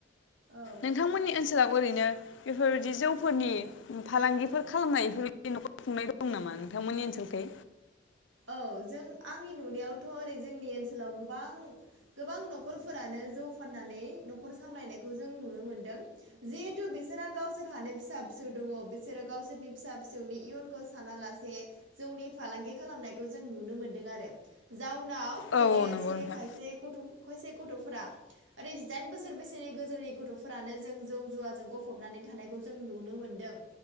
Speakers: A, on the right; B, on the left.
A: औ
B: नोंथांमोननि ओनसोलावबो ओरैनो बेफोरबायदि जौफोरनि उम फालांगिफोर खालामनाय इफोरबायदि न'खर खुंनाय दं नामा नोंथांमोननि ओनसोलखै?
A: औ जों आंनि नुनायावथ' ओरै जोंनि ओनसोलाव गोबां गोबां न'खरफोरानो जौ फाननानै न'खर सामलायनायखौ जों नुनो मोनदों। जिहेतु बिसोरहा गावसोर हानो फिसा फिसौ दङ बिसोरो गावसोरनि फिसा फिसौनि इयुन खौ सानालासे जौनि फालांगि खालामनायखौ जों नुनो मोनदों आरो जाउनाव
B: औ
A: जोंनि
B: नंगौ
A: ओनसोलनि
B: नोंथां
A: खायसे गथ' खयसे गथ'फोरा ओरै जिदाइन बोसोर बैसोनि गोजौनि गथ'फोरानो जों जौ जुवाजों गफबनानै थानायखौ जों नुनो मोन्दों।